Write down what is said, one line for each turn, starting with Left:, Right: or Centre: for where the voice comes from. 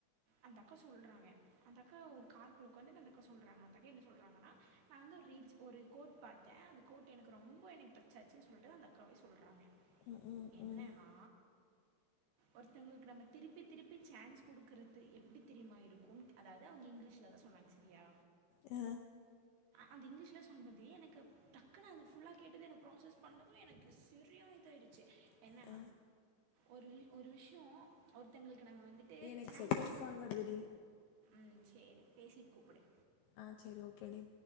Right: அந்த அக்கா சொல்றாங்க அந்த அக்கா ஒரு கார்க்குள்ள உக்காந்தினு அந்தக்கா சொல்றாங்க அந்த அக்கா என்ன சொல்றாங்கன்னா நா வந்து ஒரு ரீல்ஸ் ஒரு கோ பாத்த அந்த கோட்டு எனக்கு ரொம்ப எனக்கு டச்சாச்சுன்னு சொல்ட்டு அந்த அக்காவே சொல்றாங்க
Left: ம் ம்
Right: என்னனா
Left: ம்
Right: ஒருத்தங்களுக்கு நம்ம திருப்பி திருப்பி சான்ஸ் குடுக்கறது எப்டி தெரிமா இருக்கு அதாவது அவுங்க இங்கிலீஷ்லதா சொன்னாங்க சரியா
Left: அ
Right: அந்த இங்கிலீஷ்ல சொன்னது எனக்கு டக்குன்னு அது ஃபுல்லா கேட்டது என்ன ப்ராசஸ் பண்ணது எனக்கு செரியான இதாயிடுச்சு என்ன
Left: அ
Right: ஒரு ஒரு விஷ்யோ ஒருத்தங்களுக்கு நம்ம வந்து ட்டு
Left: எனக்கு
Right: சான்ஸ்
Left: செகண்ட்
Right: குடுக்கு
Left: கால் வருதுடி
Right: ம் சேரி பேசிட்டு கூப்டு
Left: ஆ சேரி ஓகே டி